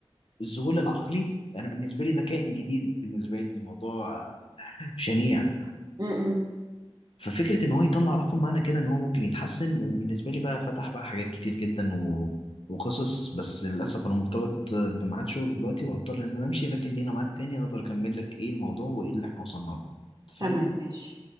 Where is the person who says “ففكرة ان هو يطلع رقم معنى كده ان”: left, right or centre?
Left